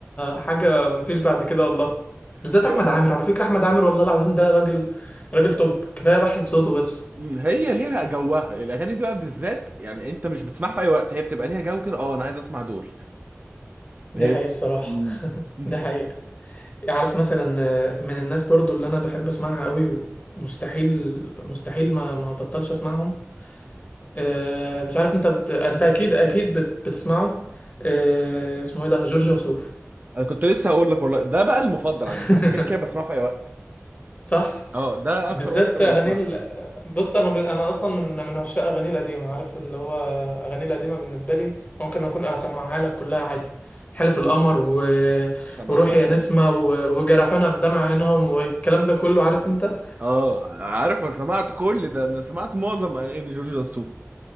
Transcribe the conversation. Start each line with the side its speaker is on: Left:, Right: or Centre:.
Left: حاجه مفيش بعد كده والله بالذات
Right: ايوه
Left: احمد عامر على فكره احمد عامر والله العظيم ده راجل راجل توب كفايه بحث صوته بس
Right: أمم، هي ليها جوها الاغاني دي بقى بالذات يعني انت مش بتسمعها في اي وقت هي بتبقى ليها جو كده اه انا عايز اسمع دول
Left: دي
Right: هي
Left: حقيقه الصراحه
Right: أمم.
Left: <laughs>
Right: <laughs>
Left: ده حقيقه عارف مثلا آه، من الناس برضو اللي انا بحب اسمعها قوي ومستحيل مستحيل ما ما بطلش اسمعهم آه، مش عارف انت بت... انت اكيد اكيد بت... بتسمعه آه، اسمه ايه ده جورج وسوف
Right: انا كنت لسه هقول لك والله ده بقى المفضل
Left: <laughs>
Right: عندي ده انا كده كده بسمعه في اي وقت
Left: صح
Right: اه ده
Left: بالذات
Right: اكتر واحد انا
Left: اغاني
Right: بسمع
Left: ال...
Right: له
Left: بص انا ب... انا اصلا من من عشاق اغاني القديمه عارف اللي هو اغاني القديمه بالنسبه لي ممكن اكون اسمعها لك كلها عادي حلف القمر و...
Right: سمعتها
Left: وروحي
Right: طبعا
Left: يا نسمه و... وجرحونا بدمع عينهم والكلام ده كله عارف انت
Right: اه عارف انا سمعت كل ده انا سمعت معظم اغاني جورج وسوف